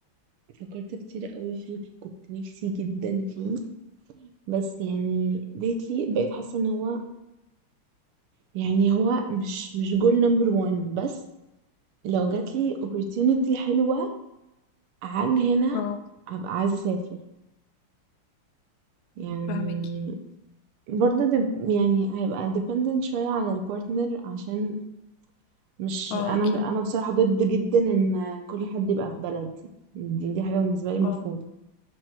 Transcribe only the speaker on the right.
فكرت كتير قوي فيه كنت نفسي جدا فيه بس يعني ديتلي بقيت حاسة ان هو يعني هو مش مش جول نمبر وان بس لو جاتلي opportunity حلوة عن هنا
هبقى عايزة اسافر يعني
برضه دب يعني هيبقى dependent شوية على البارتنر عشان مش
انا
م- انا بصراحة ضد جدا ان كل حد يبقى في بلدي دي, دي حاجة بالنسبة لي مرفوضة